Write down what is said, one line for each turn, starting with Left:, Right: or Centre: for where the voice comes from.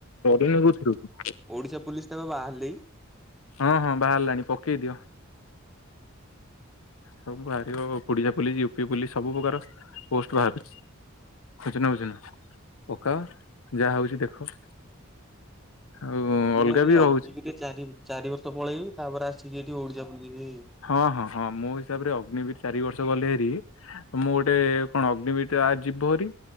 Left: ରିନି କୁଥିରୁୁ
Centre: ଓଡ଼ିଶା ପୋଲିସ। େବେ ବାହାରିଲି।
Left: ହଁ ହଁ ବାହାରିଲାଣି ପକେଇ ଦିଅ। ସବୁ ବାହାରିବ ଓଡିଶା ପୁଲିସ ୟୁପି ପୁୋଲିସ ସବୁ ପ୍ରକାର ପୋଷ୍ଟ ବାହାରୁଛି। ଖୁଛ ନା ଖୁଛ ନା ପକାଅ ଯାହା ହଉଛି ଦେଖ। ଆଉ
Centre: ମୁଁ
Left: ଅଲଗା
Centre: ଭାବୁଛି
Left: ବି
Centre: ଅଗି
Left: ରହୁଛି
Centre: ଟିକେ ଚି ଚାରି ବର୍ଷ ପଳେଇବି ତାପରେ ଆସିକି ଏଠିକେ ଓଡିଶା ବୁେଇ
Left: ହଁ ହଁ ହଁ ମୋ ହିସାବରେ ଅଗ୍ନିବିର ଚାରି ବର୍ଷ ଗଲେ ହେରି ମୁଁ ଗୋଟେ କଣ ଅଗ୍ନିବର ଯୀବ ହରି